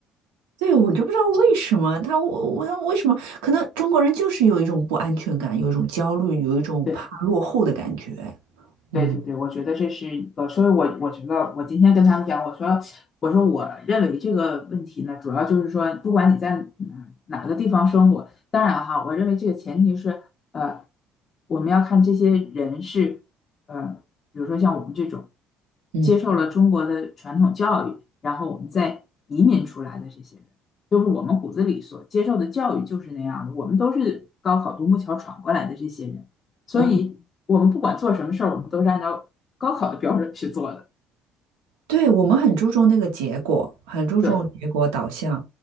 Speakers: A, on the right (about 80°); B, on the left (about 45°).
A: 对，我就不知道为什么他，我我他为什么，可能中国人就是有一种不安全感，有一种焦虑，有一种怕落后的感觉。
B: <laughs> 对。对对对，
A: 嗯
B: 我觉得这是一个，所以我我觉得我今天跟他们讲，我说我说我认为这个问题呢，主要就是说，不管你在哪哪个地方生活，当然哈，我认为这个前提是，呃，我们要看这些人是，呃，比如说像我们这种
A: 嗯
B: 接受了中国的传统教育，然后我们再移民出来的这些人，就是我们骨子里所接受的教育就是那样的，我们都是高考独木桥闯过来的这些人。所以我们不管做什么事儿，
A: 嗯，
B: 我们都是按照高考的标准去做的。
A: 对，我们很注重那个结果，很注重结果导向，
B: 对，